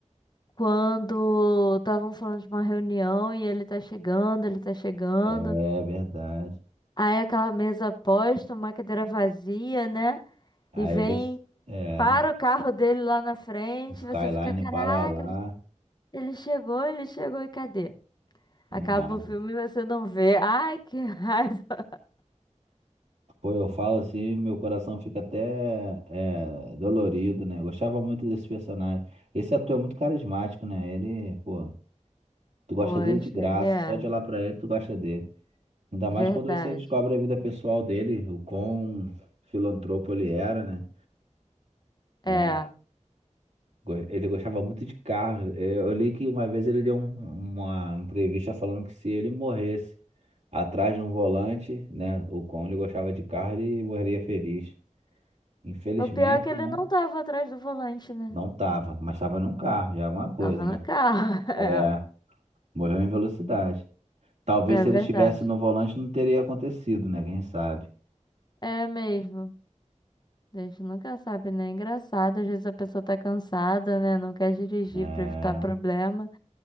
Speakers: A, on the left; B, on the right.
A: Quando estavam falando de uma reunião e ele tá chegando, ele tá chegando.
B: É verdade.
A: Aí aquela mesa posta, uma cadeira vazia, né?
B: Aí
A: E vem,
B: você. É,
A: para o carro dele lá na frente,
B: Skyline
A: e você fica, caraca,
B: para lá
A: ele ele chegou, ele chegou e cadê? Acaba
B: e nada.
A: o filme e você não vê. Ai, que <laughs> raiva.
B: Pô, eu falo assim, meu coração fica até é, dolorido, né? Eu gostava muito desse personagem. Esse ator é muito carismático, né? Ele, pô, tu gosta
A: Poxa,
B: dele de graça,
A: ele era.
B: só de olhar pra ele, tu gosta dele. Ainda
A: Verdade.
B: mais quando você descobre a vida pessoal dele, o quão filantropo ele era, né? É,
A: É.
B: go- ele gostava muito de carro. É, Eu li que uma vez ele deu um- uma entrevista falando que se ele morresse atrás de um volante, né? O quão ele gostava de carro, ele morreria feliz. Infelizmente,
A: O pior é que ele
B: né?
A: não tava atrás do volante, né?
B: Não tava, mas tava num carro, já é alguma coisa,
A: Tava
B: né?
A: no carro.
B: É,
A: <laughs>
B: morreu em velocidade. Talvez
A: É,
B: se
A: é verdade.
B: ele estivesse no volante não teria acontecido, né? Quem sabe,
A: É mesmo. A gente nunca sabe, né? É Engraçado, às vezes a pessoa tá cansada, né? Não quer dirigir
B: né?
A: pra evitar problema